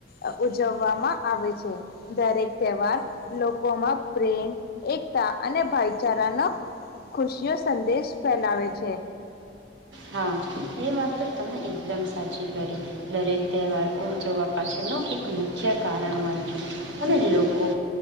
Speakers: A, on the left; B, on the right.
A: અ ઉજવવામાં આવે છે, દરેક તહેવાર લોકોમાં પ્રેમ એકતા અને ભાઈચારાનો ખુશીઓ સંદેશ ફેલાવે છે.
B: હા એ વાત તો તમે એકદમ સાચી કરી. દરેક તહેવાર ઉજવવા પાછળનું એક મુખ્ય કારણ હોય છે, અને લોકો